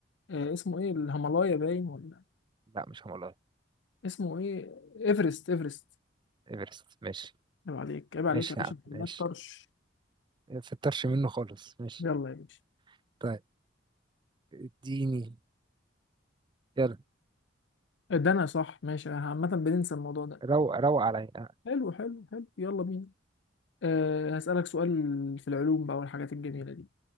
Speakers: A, on the left; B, on the right.
A: آه اسمه ايه الهيمالايا باين ولا
B: لا مش هقول
A: اسمه ايه؟ ايفرست ايفرست
B: ايفرست ماشي
A: عيب عليك عيب عليك
B: ماشي
A: يا باشا
B: يا عم
A: معلومات
B: ماشي
A: طرش
B: ما فطرش منه خالص ماشي
A: يلا يا باشا
B: طيب اديني يلا
A: ده انا صح ماشي أنا عامة بننسى الموضوع ده
B: روق روق عليا آه،
A: حلو حلو حلو يلا بينا أه هسألك سؤال في العلوم بقى والحاجات الجميلة دي